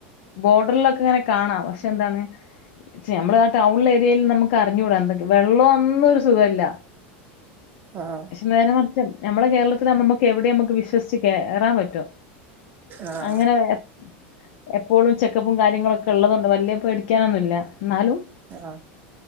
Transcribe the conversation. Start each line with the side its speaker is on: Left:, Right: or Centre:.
Left: ബോർഡറിലൊക്കെ ഇങ്ങനെ കാണാം പക്ഷെ എന്താണ് ചേ നമ്മള് ആ ടൗണില് ഏരിയയില് നമുക്ക് അറിഞ്ഞൂടാ എന്തൊക്കെ വെള്ളോ ഒന്നും ഒര് സുഖവില്ല
Right: ആഹ്
Left: പക്ഷെ നേരെമറിച്ച് ഞമ്മളെ കേരളത്തില് ഞമ്മുക്ക് എവിടെയും ഞമ്മുക്ക് വിശ്വസിച്ച് കെറാൻ പറ്റും
Right: ആഹ്
Left: അങ്ങനെ വേ എപ്പോഴും ചെക്കപ്പും കാര്യങ്ങളൊക്കെ ഇള്ളതൊണ്ട് വല്യയ പേടിക്കാനൊന്നു വില്ല എന്നാലും
Right: ആഹ്